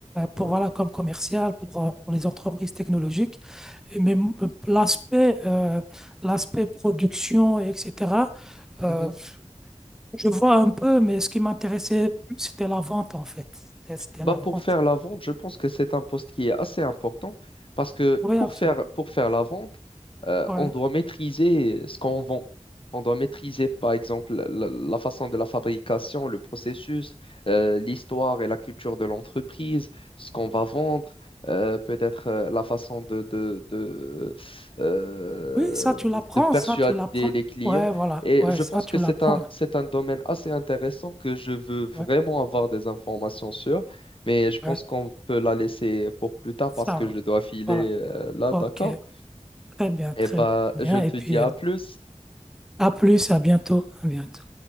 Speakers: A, on the left; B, in the centre.
A: Ouais.
B: pour, voilà, comme commercial pour, euh, pour les entreprises technologiques mais m- l'aspect euh, l'aspect production, etc., euh,
A: Mhm.
B: je vois un peu, mais ce qui m'intéressait plus, c'était la vente, en fait. C'était c'était
A: Bah
B: la
A: pour
B: vente.
A: faire la vente, je pense que c'est un poste qui est assez important parce que
B: Oui,
A: pour
B: absolument.
A: faire, pour faire la vente, euh,
B: Ouais.
A: on doit maîtriser ce qu'on vend. On doit maîtriser, par exemple, la, la façon de la fabrication, le processus, euh, l'histoire et la culture de l'entreprise, ce qu'on va vendre, euh, peut-être euh, la façon de, de, de, euh,
B: Oui, ça, tu l'apprends,
A: de persuader
B: ça, tu l'apprends.
A: les clients.
B: Ouais, voilà.
A: Et
B: Ouais,
A: je
B: ça,
A: pense
B: tu
A: que c'est
B: l'apprends.
A: un, c'est un domaine assez intéressant que je veux vraiment
B: Ouais,
A: avoir des informations sur. Mais je pense
B: ouais,
A: qu'on peut la laisser pour plus tard
B: ça,
A: parce que
B: va.
A: je dois filer
B: voilà.
A: euh, là,
B: OK.
A: d'accord?
B: Très bien, très
A: Eh ben,
B: bien.
A: je te
B: Et puis,
A: dis à
B: euh,
A: plus.
B: à plus, à bientôt. À bientôt.